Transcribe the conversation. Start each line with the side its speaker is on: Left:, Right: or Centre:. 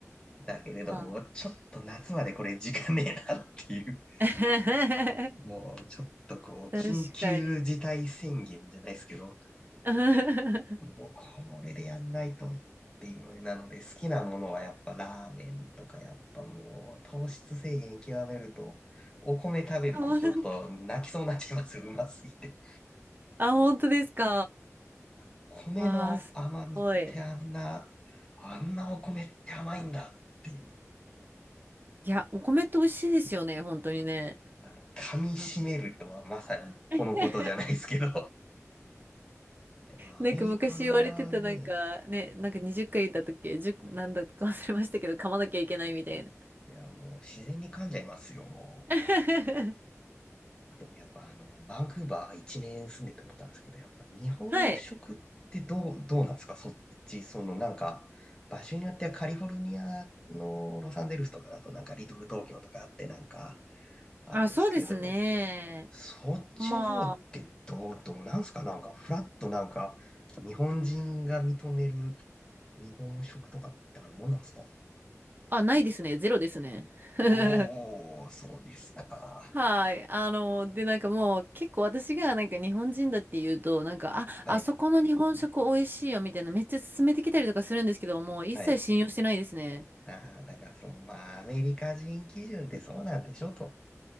Left: だけれども、
Right: ー。
Left: ちょっと夏までこれ時間ねえなっていう、
Right: <laughs>
Left: もうちょっとこう、
Right: 確かに。
Left: 緊急事態宣言じゃないですけど、
Right: <laughs>
Left: もうこれでやんないとっていうのでなので、好きなものはやっぱラーメンとか、やっぱもう糖質制限極めると、お米食べるとちょっと泣きそうになっちゃいますよ、
Right: そうな
Left: うますぎて。
Right: あ、本当ですか
Left: あの、米の甘みってあんな、
Right: わあ、すごい。
Left: あんなお米って甘いんだっていう、
Right: いや、お米って美味しいですよね、本当にね。
Left: あの、噛み締めるとはまさにこのことじゃないですけど。
Right: あの <laughs>
Left: でもアメリカね、
Right: なんか昔言われてた、なんかね、なんか20回言った時け、10、なんだか忘れましたけど、噛まなきゃいけないみたいな。
Left: いやもう自然に噛んじゃいますよ、もう。
Right: <laughs>
Left: あと、やっぱあの、バンクーバー一年住んでて思ったんですけど、やっぱ日本食ってどう、
Right: はい。
Left: どうなんですかそっち、そのなんか、場所によってはカリフォルニアのロサンゼルスとかだとなんかリトル東京とかあってなんかあるんですけど、
Right: あ、そうですね。
Left: そっちの方ってどう、
Right: ま
Left: どうなんですかなんかフラッとなんか日本人が認める日本食とかってあるもんなんですか
Right: あ、あ、ないですね。ゼロですね。<laughs>
Left: おー、そうですか。
Right: はい。あの、で、なんかもう結構私がなんか日本人だって言うと、なんか、あ、
Left: はい、
Right: あそこの日本食美味しいよみたいなめっちゃ勧めてきたりとかするんですけど、もう一切信用してないですね。
Left: はい。ああ、だからその、まあ、アメリカ人基準ってそうなんでしょと。